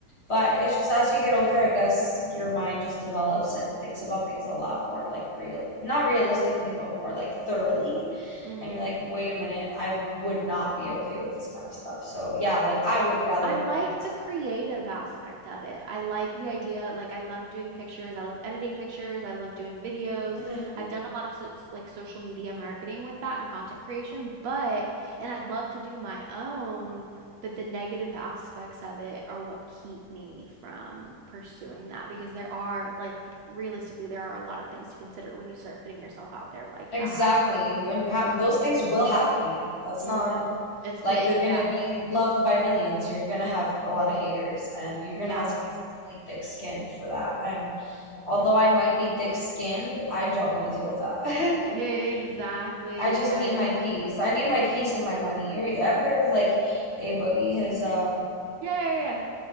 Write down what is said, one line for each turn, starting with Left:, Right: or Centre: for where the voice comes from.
Left: But it's just as you get older, I guess your mind just develops and thinks about things a lot more like real, not realistically, but more like thoroughly.
Right: Mm-hmm.
Left: And you're like, wait a minute, I would not be okay with this kind of stuff. So yeah, like I would rather
Right: I
Left: be
Right: like
Left: behind this.
Right: the creative aspect of it. I like the idea. Like, I love doing pictures. I love editing pictures. I love doing videos.
Left: hmm
Right: I've done a lot of so, like social media marketing with that and content creation, but, and I'd love to do my own, but the negative aspects of it are what keep me from pursuing that because there are, like, realistically, there are a lot of things to consider when you start putting yourself out there like
Left: Exactly.
Right: that.
Left: You- And you have
Right: Mm,
Left: those things will happen to you. That's
Right: mm,
Left: not
Right: it's,
Left: Like
Right: yeah,
Left: you're gonna be loved by millions. You're gonna have a lot of haters, and you're
Right: yeah.
Left: gonna have to be really thick-skinned for that. And although
Right: hmm
Left: I might be thick-skinned, I don't want to deal with that.
Right: Exactly.
Left: <laughs> I just
Right: Yeah,
Left: need my
Right: yeah, yeah.
Left: peace. I need my peace and my money. You ever heard of like A Boogie? His um
Right: Yeah, yeah, yeah.